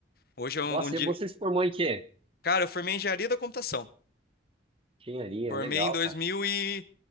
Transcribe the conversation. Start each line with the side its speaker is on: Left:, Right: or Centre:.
Left: Hoje é um,
Right: Nossa,
Left: um dia.
Right: e você se formou em quê?
Left: Cara, eu formei em engenharia da computação.
Right: Engenharia,
Left: Formei
Right: legal,
Left: em 2000
Right: cara.
Left: e...